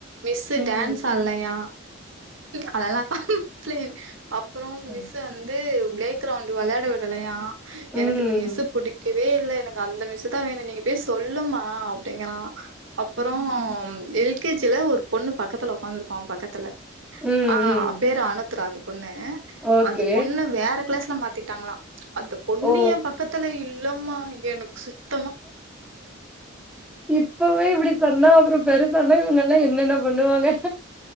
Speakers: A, on the right; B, in the centre.
A: மிஸ்ஸு
B: ம்.
A: டான்ஸ் ஆல்லையா அதெல்லா கம்ப்ளைன் அப்றோ
B: ம்.
A: மிஸ்ஸு வந்து பிளே கிரவுண்ட் வெளையாட விடலையா
B: ம்.
A: எனக்கு இந்த மிஸ்ஸு புடிக் கவேல்ல எனக்கு அந்த மிஸ்ஸுதா வேணு நீங்க போய் சொல்லுமா அப்டிங்கறா அப்பறோ எல் கே ஜி ல ஒரு பொண்ணு பக்கத்துல உக்காந்துருக்கு அவ பக்கத்துல
B: ம்.
A: ஆ
B: ம்.
A: பேரு அனுத்ரா அந்த பொண்ணு
B: ஓகே.
A: அந்த பொண்ண வேற கிளாஸ்ல மாத்திட்டாங்களா அந்த பொண்னு
B: ஓ!
A: எ பக்கத்துல இல்லமா இங்க எனக்கு சுத்
B: இப்பவே இப்டி சொன்னா அப்றோ பெரு சான்னா இவங்கல்லா என்னென்ன பண்ணுவாங்க